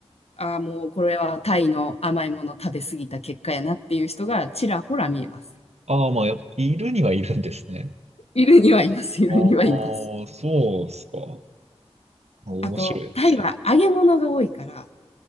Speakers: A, on the left; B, on the right.
A: ああ、もうこれはタイの甘いもの食べ過ぎた結果やなっていう人がちらほら見えます。
B: ああ、まあ、やっぱいるにはいるんですね。
A: いるにはいます、いるにはいます。
B: ああ、そうっすか。面白いです。
A: あと、タイは揚げ物が多いから、